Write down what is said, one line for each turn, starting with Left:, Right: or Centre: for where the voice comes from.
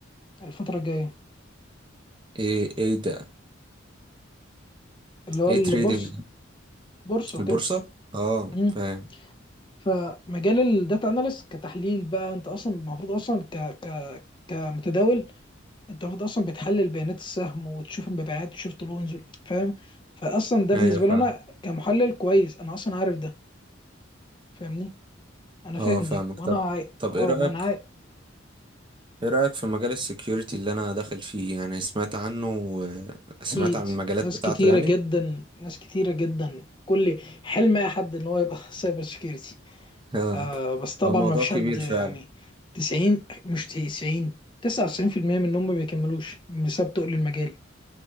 Left: الفتره الجايه
Right: ايه ايه ده
Left: اللي هو
Right: ايه
Left: البورصه
Right: تريدينج ده
Left: بورصه وكده
Right: البورصة اه
Left: مم.
Right: فاهم
Left: فمجال الداتا اناليست كتحليل بقى انت اصلا المفروض اصلا ك ك كمتداول انت المفروض اصلا بتحلل بيانات السهم وتشوف المبيعات وتشوف طلوع ونزول فاهم فاصلا ده
Right: ايوه
Left: بالنسبه
Right: فاهم
Left: لي انا كمحلل كويس انا اصلا عارف ده فاهمني انا فاهم
Right: اه فاهمك
Left: ده وانا
Right: طب
Left: عاي...
Right: طب
Left: اه
Right: ايه رأيك
Left: وانا عاي...
Right: ايه رأيك في مجال السكيورتي اللي انا داخل فيه يعني سمعت عنه سمعت
Left: اكيد
Right: عن المجالات
Left: ناس
Right: بتاعته
Left: كتيره
Right: يعني
Left: جدا ناس كتيره جدا كل حلم اي حد ان هو يبقى <laughs> سايبر سكيورتي
Right: اه
Left: آه بس طبعا
Right: هو الموضوع
Left: ما فيش
Right: كبير
Left: حد يعني
Right: فعلا
Left: 90 مش 90 99% منهم ما بيكملوش بسبب تقل المجال